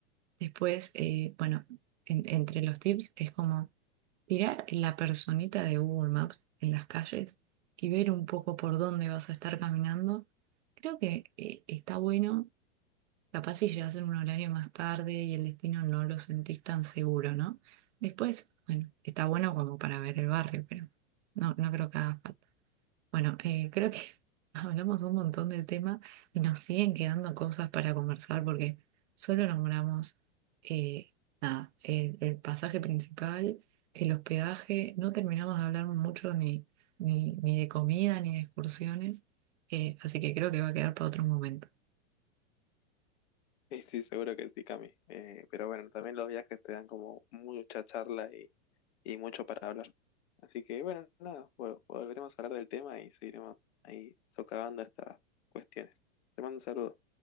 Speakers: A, on the right; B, on the left.
A: después, eh, bueno, en- entre los tips es como tirar la personita de Google Maps en las calles y ver un poco por dónde vas a estar caminando. Creo que eh, está bueno Capaz si llegas en un horario más tarde y el destino no lo sentís tan seguro, ¿no? Después, bueno, está bueno como para ver el barrio, pero no, no creo que haga falta. Bueno, eh, creo que <laughs> hablamos un montón del tema y nos siguen quedando cosas para conversar porque solo nombramos eh, el, el pasaje principal, el hospedaje, no terminamos de hablar mucho ni, ni, ni de comida ni de excursiones, eh, así que creo que va a quedar para otro momento.
B: Sí, sí, seguro que sí, Cami. Eh, pero bueno, también los viajes te dan como mucha charla y, y mucho para hablar. Así que bueno, nada, vol- volveremos a hablar del tema y seguiremos ahí socavando estas cuestiones. Te mando un saludo.